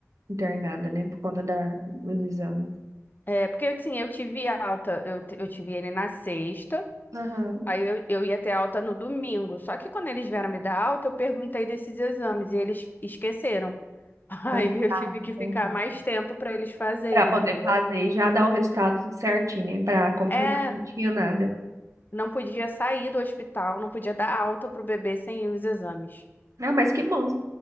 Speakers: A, on the right; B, on the left.
A: internada, né? Por conta da, dos exames.
B: É, porque assim, eu tive alta, eu, t- eu tive ele na sexta,
A: Aham.
B: aí eu, eu ia ter alta no domingo. Só que quando eles vieram me dar alta, eu perguntei desses exames e eles esqueceram. <laughs> Aí
A: Ah,
B: eu tive
A: entendi.
B: que ficar mais tempo para eles fazerem,
A: Pra poder
B: entendeu?
A: fazer e já dar o resultado tudo certinho, né? Pra confirmar
B: É,
A: que não tinha nada.
B: não podia sair do hospital, não podia dar alta pro bebê sem os exames.
A: Ah, mas que bom.